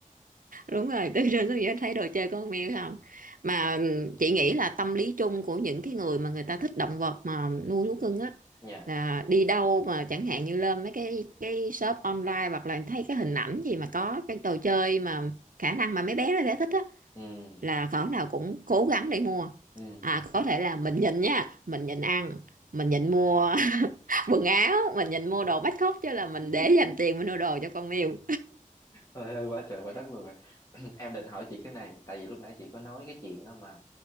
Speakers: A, on the right; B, on the left.
A: đúng rồi từ trên xuống dưới thấy đồ chơi con mèo không mà chị nghĩ là tâm lý chung của những cái người mà người ta thích động vật mà nuôi thú cưng á
B: nha
A: là đi đâu mà chẳng hạn như lên mấy cái cái shop online hoặc là thấy cái hình ảnh gì mà có cái đồ chơi mà khả năng mà mấy bé nó sẽ thích á
B: ừ
A: là cỡ nào cũng cố gắng để mua
B: ừ
A: à có thể là mình nhịn nha mình nhịn ăn mình nhịn mua <laughs> quần áo mình nhịn mua đồ bắt khóc chứ là mình
B: <laughs>
A: để dành tiền mình mua đồ cho con mèo
B: Thôi hơi quá trời quá đất luôn rồi <clears throat> em định hỏi chị cái này tại vì lúc nãy chị có nói cái chuyện đó mà